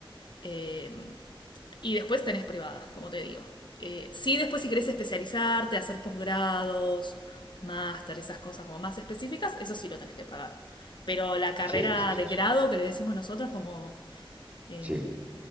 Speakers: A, on the left; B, on the right.
A: eh, y después tenés privadas, como te digo. Eh, sí, después si querés especializarte, hacer posgrados, máster, esas cosas como más específicas, eso sí lo tenés que pagar. Pero la carrera
B: Sí, sí, sí.
A: de grado
B: Sí,
A: que le decimos nosotros, como eh,
B: Sí,